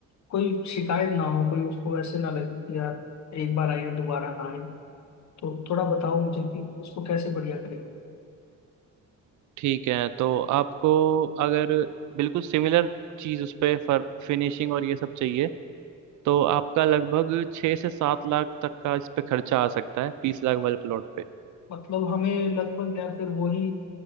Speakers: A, on the left (about 65°); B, on the right (about 70°).
A: कोई शिकायत ना हो कोई उसको ऐसे ना लगे कि यार एक बार आए हैं दोबारा ना आए तो थोड़ा बताओ मुझे कि उसको कैसे बढ़िया करेंगे
B: ठीक है तो आपको अगर बिल्कुल सिमिलर चीज़ उस पे फर फिनिशिंग और ये सब चाहिए तो आपका लगभग छः से सात लाख तक का इस पे खर्चा आ सकता है बीस लाख वाले प्लॉट पे
A: मतलब हमें लगभग यार फिर वही